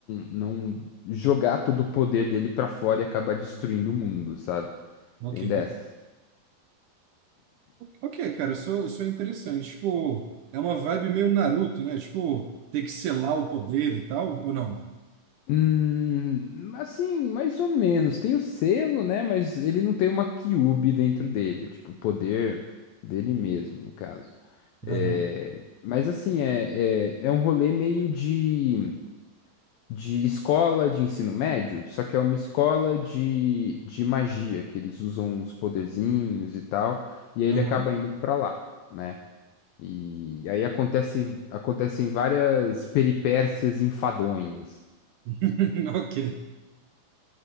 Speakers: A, on the left; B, on the right.
A: não jogar todo o poder dele pra fora e acabar destruindo o mundo, sabe?
B: Ok.
A: Tem dessas.
B: Ok, cara, eu sou, eu sou interessante. Tipo, é uma vibe meio Naruto, né? Tipo, ter que selar o poder e tal, ou não?
A: Hum, assim, mais ou menos. Tem o selo, né? Mas ele não tem uma Kyuubi dentro dele, tipo, o poder dele mesmo, no caso. É,
B: Aham.
A: mas assim, é, é, é um rolê meio de, de escola de ensino médio, só que é uma escola de, de magia, que eles usam os poderzinhos e tal, e aí ele
B: Aham.
A: acaba indo pra lá, né? E aí acontece, acontecem várias peripécias enfadonhas.
B: <laughs> Ok.